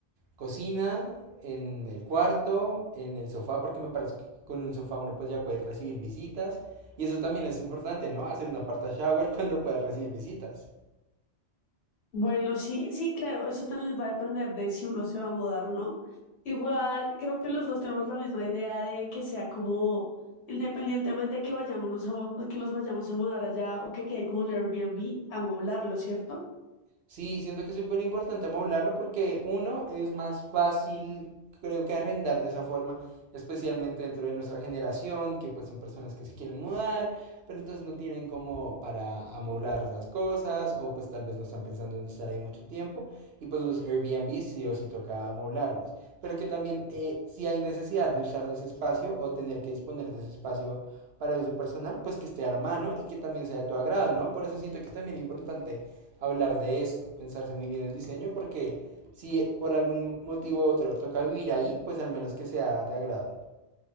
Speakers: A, on the right (about 75°); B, on the left (about 80°).
A: cocina, en el cuarto, en el sofá, porque me parece que con un sofá uno pues ya puede recibir visitas. Y eso también es importante, ¿no? Hacer una parta shower <laughs> cuando puedas recibir visitas.
B: Bueno, sí, sí, claro, eso también va a depender de si uno se va a mudar o no. Igual, creo que los dos tenemos la misma idea de que sea como, independientemente de que vayamos a mu- que nos vayamos a mudar allá o que quede como un Airbnb, amoblarlo, ¿cierto?
A: Sí, siento que es súper importante hablarlo porque uno es más fácil, creo que arrendar de esa forma, especialmente dentro de nuestra generación, que pues son personas que se quieren mudar, pero entonces no tienen como para amoblar las cosas o pues tal vez no están pensando en estar ahí mucho tiempo y pues los Airbnb sí o sí toca amoblarlos, pero que también eh, si hay necesidad de usar de ese espacio o tener que disponer de ese espacio para uso personal, pues que esté a la mano y que también sea de tu agrado, ¿no? Por eso siento que es también importante hablar de esto, pensarse muy bien el diseño, porque si por algún motivo u otro toca vivir ahí, pues al menos que sea de agrado.